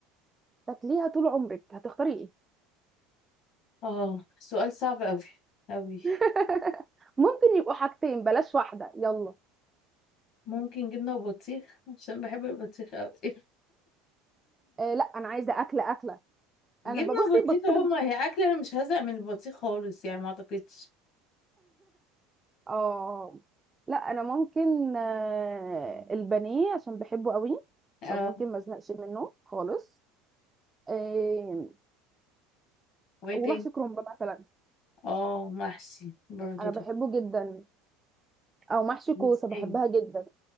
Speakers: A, on the right; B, on the left.
A: تاكليها طول عمرك هتختاري ايه؟
B: اه سؤال صعب قوي قوي
A: <laughs> ممكن يبقوا حاجتين بلاش واحدة يلا
B: ممكن جبنة وبطيخ عشان بحب البطيخ قوي <laughs>
A: آه لا أنا عايزة أكلة أكلة
B: جبنة
A: أنا ببصي
B: وبطيخ
A: بطلب
B: اهو ما هي اكلة انا مش هزهق من البطيخ خالص يعني ما اعتقدش
A: اه لا أنا ممكن آه البانيه عشان بحبه قوي
B: اه
A: فممكن ما ازهقش منه خالص آه
B: وايه
A: ومحشي
B: تاني
A: كرنب مثلا
B: اه محشي برضه
A: أنا
B: طب
A: بحبه جدا أو محشي كوسة
B: يستاهل.
A: بحبها جدا